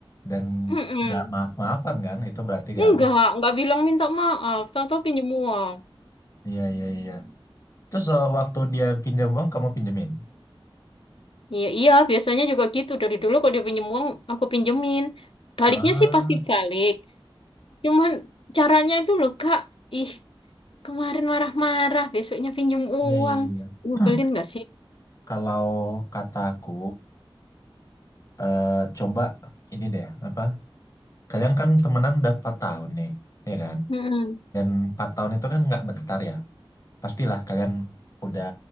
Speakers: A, on the left (about 40°); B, on the left (about 70°).
A: dan
B: Mm-mm.
A: nggak maaf-maafan kan itu berarti kan.
B: Enggak, enggak bilang minta maaf, tahu-tahu pinjam uang.
A: Iya iya iya. Terus eh, waktu dia pinjam uang kamu pinjemin.
B: Iya, iya, biasanya juga gitu. Dari dulu kalau dia pinjem uang, aku pinjemin. Baliknya
A: Ah,
B: sih pasti balik. Cuman caranya itu loh, Kak. Ih, kemarin marah-marah, besoknya pinjem uang.
A: iya iya iya.
B: Nyebelin
A: <clears throat>
B: nggak sih?
A: Kalau kataku eh, coba ini deh apa? Kalian kan temenan udah 4 tahun nih, ya kan?
B: Mm-mm.
A: Dan 4 tahun itu kan nggak bentar ya. pastilah kalian udah